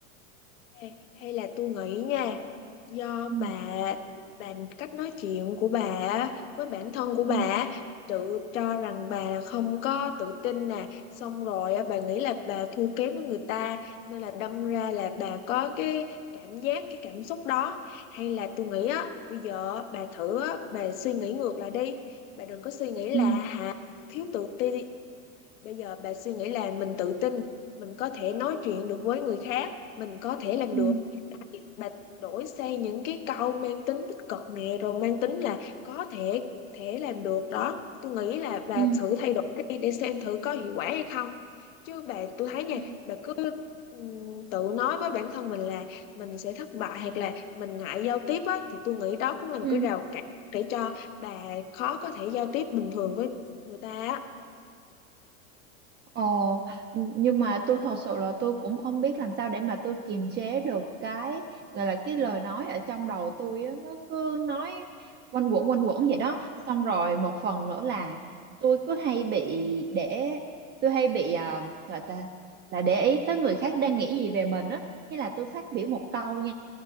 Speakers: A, on the left; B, on the right.
A: Hay hay là tôi nghĩ nha do
B: ừ
A: bà bà cách nói chuyện của bà với bản thân của bà
B: ừ
A: tự cho rằng bà không có tự tin nè xong rồi á, bà nghĩ là bà thua kém với người ta nên là đâm ra là bà có cái cảm giác cái cảm xúc đó hay là tôi nghĩ á bây giờ á, bà thử á, bà suy nghĩ ngược lại đi bà đừng có suy nghĩ là
B: ừ
A: hả thiếu tự tin bây giờ bà suy nghĩ là mình tự tin mình có thể nói chuyện được với người khác mình có thể làm
B: ừ
A: được bà đổi sang những cái câu mang tính tích cực nè rồi mang tính là có thể thể làm được đó tôi nghĩ là bà
B: ừ
A: thử thay đổi đi để xem thử có hiệu quả hay không chứ bà tôi thấy nha
B: ừ
A: bà cứ ừm, tự nói với bản thân mình là mình sẽ thất bại hoặc là mình ngại giao tiếp á thì tôi nghĩ đó cũng là một
B: ừ
A: cái rào cản để cho bà khó có thể giao tiếp bình thường với người ta á
B: Ồ, nhưng mà tôi thật sự là tôi cũng không biết làm sao để mà tôi kiềm chế được cái gọi là cái lời nói ở trong đầu tôi á, nó cứ nói quanh quẩn quanh quẩn vậy đó. Xong rồi một phần nữa là tôi cứ hay bị để tôi hay bị à, gọi ta là để ý tới người khác đang nghĩ gì về mình á, nghĩa là tôi phát biểu một câu nha,